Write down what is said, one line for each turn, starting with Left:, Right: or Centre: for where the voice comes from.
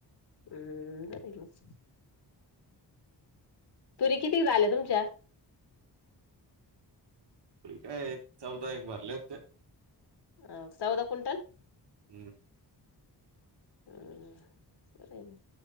Left: हम्म,, बरंय मग. तुरी किती झाल्या तुमच्या.?
Right: काय, चौदा एक भरल्या होत्या.
Left: अ सौदा क्विंटल.
Right: हम्म.
Left: हम्म, बरय मग,,